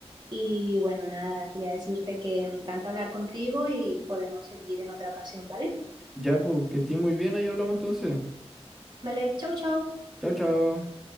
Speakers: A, on the right; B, in the centre.
A: Y bueno, nada, quería decirte que me encanta hablar contigo y podemos seguir en otra ocasión, ¿vale?
B: Ya, pues, que estés muy bien, ahí hablamos entonces.
A: Vale, chau, chau.
B: Chao, chao.